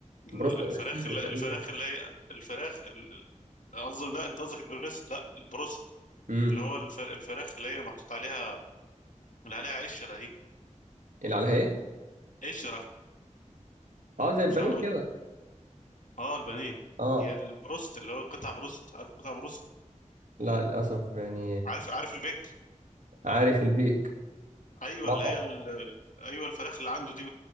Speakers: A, on the left; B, on the right.
A: ال-
B: بروسلر
A: الفراخ
B: الصدر
A: اللي
B: تقريبا
A: الفراخ اللي هي الفراخ ال- قصدي لا انت قصدك البريست لا البروست
B: امم
A: اللي هو الف- الفراخ اللي هي محطوط عليها اللي عليها قشرة دي
B: اللي عليها ايه
A: قشرة
B: اه زي البانيه
A: مش عارف
B: كده
A: اه البانيه
B: اه
A: هي البروست اللي هو قطع بروست عارف قطع بروست
B: لا للاسف يعني
A: عارف عارف البيك
B: عارف البيك
A: ايوه
B: مطعم
A: اللي هي ال... ال- ايوه الفراخ اللي عنده دي